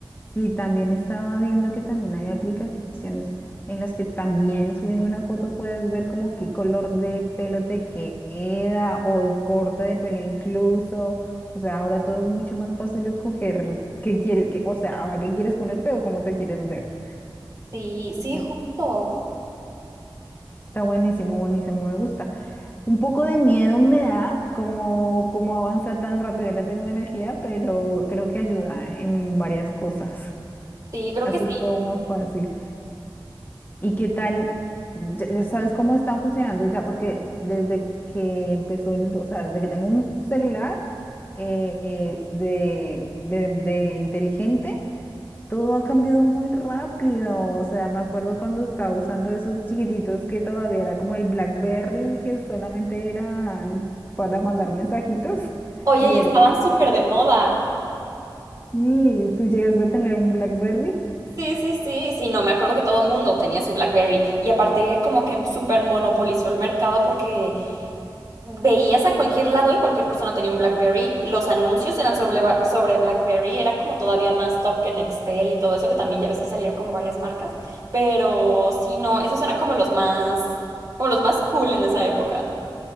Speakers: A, on the left (about 20°); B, on the right (about 45°).
A: Sí, también estaba viendo que también hay aplicaciones en las que también subiendo una foto puedes ver como qué color de pelo te queda o el corte de pelo incluso. O sea, ahora todo es mucho más fácil escoger qué quieres, qué- o sea, ahora qué quieres ponerte o cómo te quieres ver.
B: Sí, sí,
A: Me-
B: justo.
A: Está buenísimo, buenísimo, me gusta. Un poco de miedo me da como, como avanza tan rápido la tecnología, pero creo que ayuda en varias cosas.
B: Sí, creo
A: Hace
B: que sí.
A: todo más fácil. ¿Y qué tal? Ya, ya sabes cómo están funcionando ya, porque desde que empezó, el- o sea, desde que tengo un celular eh, eh, de, de- de inteligente, todo ha cambiado muy rápido. O sea, me acuerdo cuando estaba usando esos chiquititos que todavía era como el BlackBerry, que solamente eran para mandar mensajitos <laughs>
B: Oye,
A: y
B: y
A: era
B: estaban
A: normal.
B: súper de moda.
A: Y tú llegaste a tener un BlackBerry.
B: Sí, sí, sí, sí, no, me acuerdo que todo mundo tenía su BlackBerry y aparte como que súper monopolizó el mercado porque veías a cualquier lado y cualquier persona tenía un BlackBerry, los anuncios eran sobre, ba- sobre BlackBerry, era como todavía más top que Nextel y todo eso que también ya ves que salieron como varias marcas, pero sí, no, esos eran como los más, como los más cool en esa época.